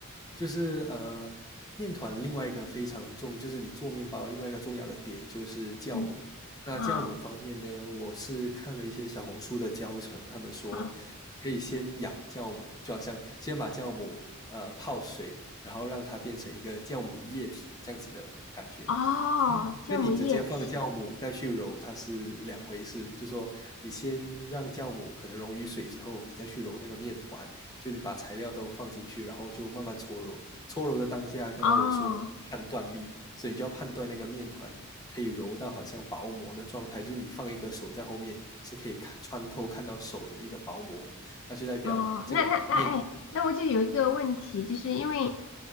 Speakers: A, on the left; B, on the left.
A: 就是呃，面团另外一个非常重，就是你做面包另外一个重要的点就是酵母。
B: 嗯，
A: 那酵母方面呢，
B: 啊
A: 我是看了一些小红书的教程，他们说你可以先养酵母，
B: 啊，
A: 就好像先把酵母呃泡水，然后让它变成一个酵母液体这样子的感觉。
B: 哦，酵母液体，
A: 那你直接放酵母再去揉，它是两回事。就说你先让酵母可能溶于水之后，你再去揉那个面团，就是你把材料都放进去，然后就慢慢搓揉。搓揉的当下，刚刚我说判断力，
B: 哦
A: 所以你就要判断那个面团可以揉到好像薄膜的状态，就是你放一个手在后面是可以看穿透看到手的一个薄膜，那就代表这个面。
B: 哦，那那那哎，那我就有一个问题，就是因为